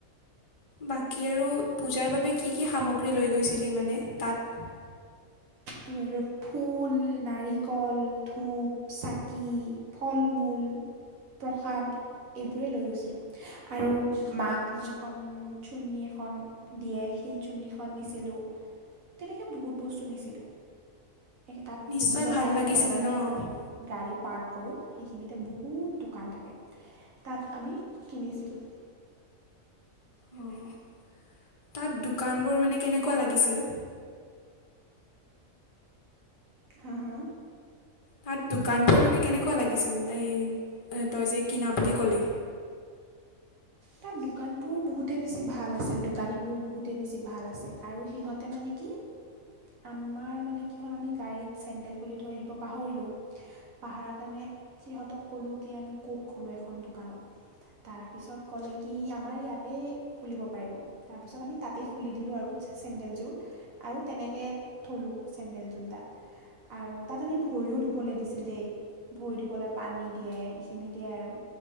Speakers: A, on the left; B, on the right.
A: বাকী আৰু পূজাৰ বাবে কি কি সামগ্ৰী লৈ গৈছিলি, মানে তাত।
B: তোৰ আৰু ফুল, নাৰিকল, ধূপ, চাকি ফল মূল, প্ৰসাদ এইবোৰে লৈ গৈছিলোঁ। আৰু মাক যিখন চুৰ্নি এখন দিয়ে, সেই চুৰ্নিখন নিছিলোঁ, তেনেকে বহুত বস্তু নিছিলো। তাত
A: নিশ্চয়
B: কিনিব
A: ভাল
B: পায়,
A: লাগিছিল
B: তলত
A: ন
B: য'ত আমি গাড়ী পাৰ্ক কৰোঁ, সেইখিনিতে বহুত দোকান থাকে। তাত আমি কিনিছিলোঁ।
A: উম', তাত দোকান বোৰ মানে কেনেকুৱা লাগিছিল?
B: হা? হা?
A: তাত দোকানবোৰ মানে কেনেকুৱা লাগিছিল? এই তই যে কিনা বুলি ক'লি।
B: তাত দোকানবোৰ বহুতেই বেছি ভাল আছিল, দোকানীবোৰ বহুতেই বেছি ভাল আছিল, আৰু সিহঁতে মানে কি আমাৰ মানে কি হ'ল আমি গাড়ীত চেণ্ডেল খুলি থৈ আহিব পাহৰিলোঁ। পাহাৰা কাৰণে সিহঁতক ক'লো কি আমি ক'ত খোলো এখন দোকানত? তাৰ পিছত ক'লে কি আমাৰ ইয়াতে খুলিব পাৰিব, তাৰপিছত আমি তাতেই খুলি দিলোঁ আৰু চেনডেলযোৰ। আৰু তেনেকে থলো, চেডেলজোৰ তাত। আৰু তাত আমি ভৰিও ধুবলৈ দিছিল দেই, ভৰি দিবলৈ পানী দিয়ে সেইখিনি দিয়ে আৰু।